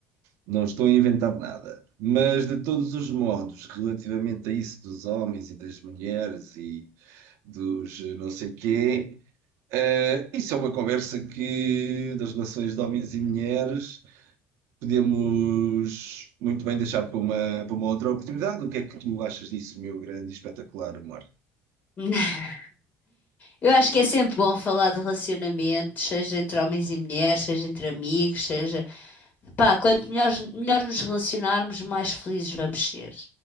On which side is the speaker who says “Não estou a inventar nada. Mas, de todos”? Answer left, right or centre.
Right